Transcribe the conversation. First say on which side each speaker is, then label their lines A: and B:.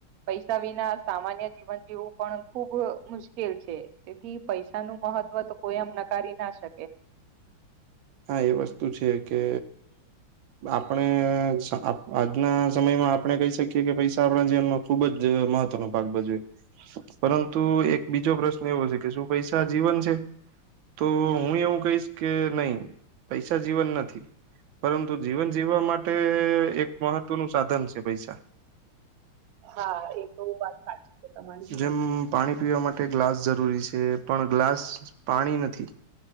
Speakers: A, on the right (about 80°); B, on the right (about 70°).
A: પૈસા વિના સામાન્ય જીવન જીવું પણ ખુબ મુશ્કેલ છે. તેથી પૈસા નું મહત્વ તો કોઈ એમ નકારી ના શકે.
B: હા એ વસ્તુ છે કે આપણે આ અ આજના સમયમાં આપણે કહી શકીએ કે પૈસા આપણા જીવનમાં ખુબજ મહત્વનો ભાગ ભજવે. પરંતુ એક બીજો પ્રશ્ન એવો છે કે, શું પૈસા જીવન છે? તો હું એવું કહીશ કે નહી, પૈસા જીવન નથી. પરંતુ જીવન જીવવા માટે એક મહત્વનું સાધન છે પૈસા.
A: હા એ તો વાત સાચી છે તમારી.
B: જેમ પાણી પીવા માટે ગ્લાસ જરૂરી છે, પણ ગ્લાસ પાણી નથી,